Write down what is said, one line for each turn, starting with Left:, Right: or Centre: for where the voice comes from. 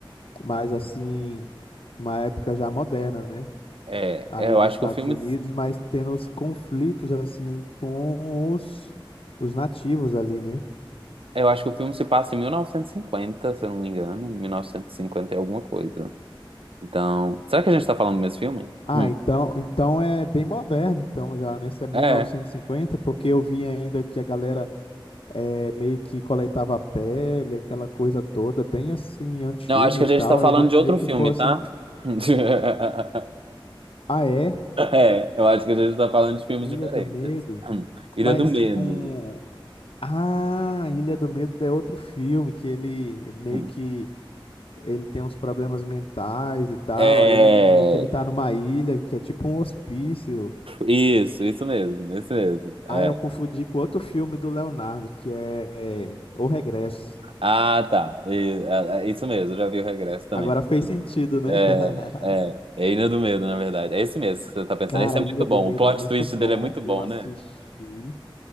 Left: mas assim, uma época já moderna, né?
Right: É,
Left: Ali
Right: é, eu
Left: dos
Right: acho
Left: Estados
Right: que o filme,
Left: Unidos, mas tendo os conflitos, assim, com os, os nativos ali, né?
Right: eu acho que o filme se passa em 1950, se eu não me engano, 1950 e cinquenta e alguma coisa. Então, será que a gente tá falando do mesmo filme?
Left: Ah,
Right: Hum,
Left: então, então é bem moderno, então já, né? Se é 1950,
Right: É.
Left: porque eu vi ainda que a galera é, meio que coletava a pele, aquela coisa toda, bem assim, antiga
Right: Não, acho que
Left: e
Right: a gente
Left: tal.
Right: tá falando
Left: Eu imaginei
Right: de outro
Left: que
Right: filme,
Left: fosse,
Right: tá?
Left: um,
Right: <laughs>
Left: ah, é?
Right: É, eu acho que a gente tá falando de filmes
Left: Ilha
Right: diferentes.
Left: do Medo,
Right: Hum. Ilha
Left: mas
Right: do Medo.
Left: com, ah, Ilha do Medo é outro filme que ele meio
Right: Hum.
Left: que ele tem uns problemas mentais e tal,
Right: É,
Left: aí meio que ele tá numa ilha que é tipo um hospício.
Right: isso, isso mesmo, isso mesmo. É.
Left: Ah, eu confundi com outro filme do Leonardo, que é é O Regresso.
Right: Ah, tá. E- ah, ah, isso mesmo, já vi o Regresso também.
Left: Agora fez sentido, né?
Right: É,
Left: <laughs>
Right: é, é Ilha do Medo, na verdade. É esse mesmo que você tá pensando.
Left: Cara,
Right: Esse é muito
Left: Ilha do
Right: bom.
Left: Medo
Right: O plot
Left: é muito
Right: twist
Left: bom.
Right: dele é muito bom,
Left: Eu assisti
Right: né?